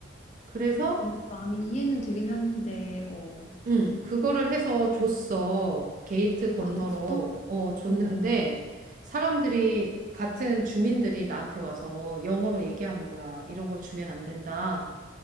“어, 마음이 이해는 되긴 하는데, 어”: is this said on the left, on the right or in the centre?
Left